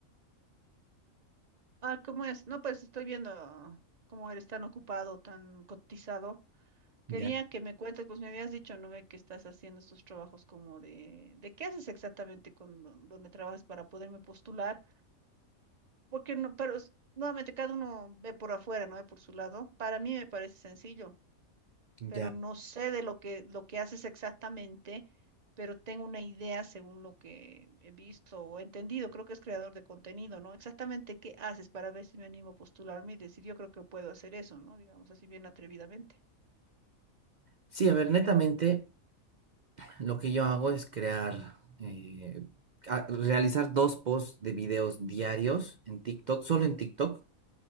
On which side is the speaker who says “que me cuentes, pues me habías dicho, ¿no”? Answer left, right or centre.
Right